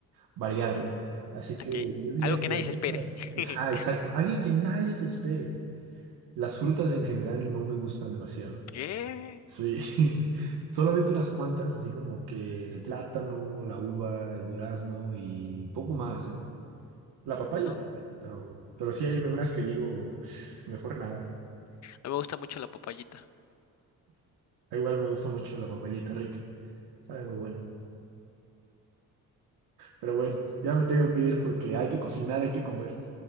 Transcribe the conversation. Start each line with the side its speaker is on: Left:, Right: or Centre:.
Right: variarle. Así que
Left: Aquí,
Right: yo diría
Left: algo
Right: que
Left: que
Right: la
Left: nadie
Right: cosa...
Left: se espere. <laughs>
Right: Ah, exacto. Alguien que nadie se espere. Las frutas en general no me gustan demasiado.
Left: ¿Qué?
Right: Sí, <laughs> solamente unas cuantas, así como que el plátano, la uva, el durazno y poco más, ¿eh? La papaya
Left: No,
Right: está buena, pero, pero sí
Left: a
Right: hay algunas que digo, "Pues, mejor nada.
Left: mí me gusta mucho la papayita.
Right: Igual me gusta mucho la papayita rica, sabe muy buena. Pero bueno, ya me tengo que ir porque hay que cocinar, hay que comer.